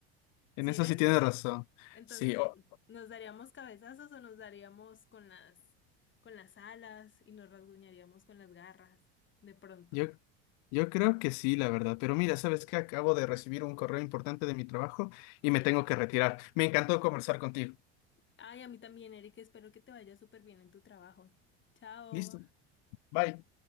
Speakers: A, on the left; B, on the left.
A: En
B: ¿Sí
A: eso
B: ves?
A: sí tienes razón.
B: Entonces,
A: Sí, o-
B: nos daríamos cabezazos o nos daríamos con las, con las alas y nos rasguñaríamos con las garras. De pronto.
A: yo, yo creo que sí, la verdad. Pero mira, ¿sabes qué? Acabo de recibir un correo importante de mi trabajo y
B: Sí.
A: me tengo que retirar. Me encantó conversar contigo.
B: Ay, a mí también, Eric. Espero que te vaya súper bien en tu trabajo. Chao.
A: Listo. Bye.